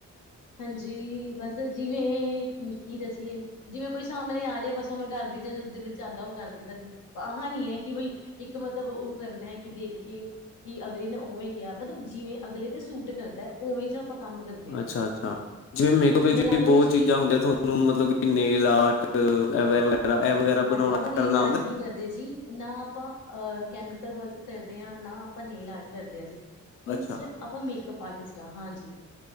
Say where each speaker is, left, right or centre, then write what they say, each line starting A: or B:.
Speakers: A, on the left; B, on the left.
A: ਹਾਂਜੀ' ਬਸ ਜਿਵੇਂ ਕੀ ਦੱਸੀਏ ਜਿਵੇਂ ਕੋਈ ਸਾਹਮਣੇ ਆ ਜਾਵੇ ਬਸ ਓਵੇਂ ਕਰਦੀ ਜਾਂ ਦੁੱਧ ਚ ਆਦਾ ਉਹ ਕਰ ਦਦਾ ਜੀ ਆਹ ਨੀ ਹੈ ਕਿ ਬਈ ਇੱਕ ਮਤਲਬ ਉਹ ਕਰਨਾ ਹੈ ਕਿ ਦੇਖ ਕੇ ਕਿ ਅਗਲੇ ਨੇ ਉਵੇ ਕਿਹਾ ਮਤਲਬ ਜਿਵੇ ਅਗਲੇ ਤੇ ਸੂਟ ਕਰਦਾ ਉਵੇ ਜਾ ਪਾ ਕੰਮ ਕਰਦੇ ਹਾਂ।
B: ਅੱਛਾ-ਅੱਛਾ ਜਿਵੇਂ ਮੇਕਅਪ ਵਿੱਚ
A: ਲਾ
B: ਵੀ
A: ਲਓ
B: ਬਹੁਤ
A: ਤੁਸੀਂ
B: ਚੀਜ਼ਾਂ ਹੁੰਦੀਆਂ ਤੁਹਾਨੂੰ ਮਤਲਬ ਕਿ ਨੇਲ ਆਰਟ <unintelligible> ਇਹ ਵਗੈਰਾ
A: ਹਾਂਜੀ
B: ਬਣਾਣਾ
A: ਆਪਾਂ
B: ਕਰਨਾ
A: ਨੇਲ ਆਰਟ
B: ਆਂਦਾ।
A: ਨਹੀਂ ਕਰਦੇ ਜੀ ਨਾ ਆਪਾ ਅ ਕੈਮੀਕਲ ਵਰਕ ਕਰਦੇ ਹਾਂ ਨਾ ਆਪਾ ਨੇਲ ਆਰਟ ਕਰਦੇ ਆ ਜੀ। ਮੀਨ
B: ਅੱਛਾ
A: ਸਿਰਫ ਆਪਾ ਮੇਕਅਪ ਆਰਟਿਸਟ ਹਾ ਹਾਂਜੀ।